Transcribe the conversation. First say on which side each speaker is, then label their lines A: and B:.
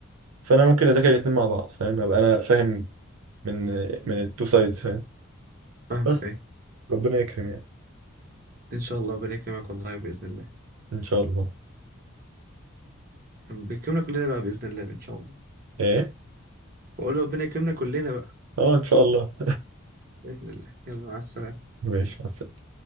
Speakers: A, on the right; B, on the right.
A: فانا ممكن اذاكر الاثنين مع بعض فاهم ابقى انا فاهم من من التو سايدز فاهم
B: فاهمك
A: بس
B: اي
A: ربنا يكرم يعني
B: ان شاء الله ربنا يكرمك والله باذن الله
A: ان شاء الله
B: يعني بيكرمنا كلنا بقى باذن الله ان شاء الله
A: ايه
B: بقول ربنا يكرمنا كلنا بقى
A: اه ان شاء الله <laughs>
B: باذن الله يلا مع السلامة
A: ماشي مع السلامة.